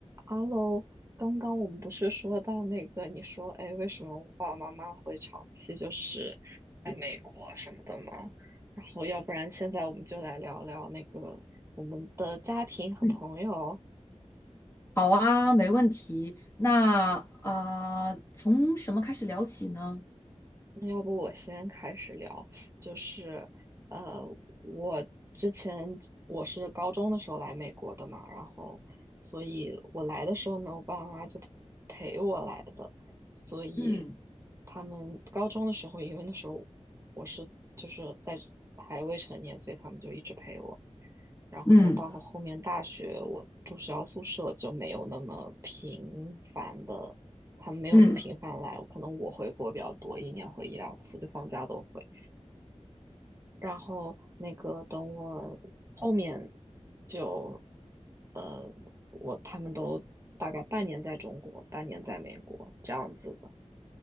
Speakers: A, on the right; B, on the left.
A: Hello，刚刚我们不是说到那个，你说，哎，为什么我爸爸妈妈会长期就是在美国什么的吗？然后，要不然现在我们就来聊聊那个我们的家庭和朋友。
B: 嗯，好啊，没问题。那呃，从什么开始聊起呢？
A: 那要不我先开始聊，就是呃，我之前我是高中的时候来美国的嘛，然后所以我来的时候呢，我爸爸妈妈就陪我来的，所以
B: 嗯
A: 他们高中的时候，因为那时候我是就是在还未成年，所以他们就一直陪我。然后到后面大学，
B: 嗯
A: 我住学校宿舍就没有那么频繁的。他们没有那么频繁来，
B: 嗯
A: 可能我回国比较多，一年回一两次，就放假都回。然后那个等我后面就呃，我他们都大概半年在中国，半年在美国这样子的，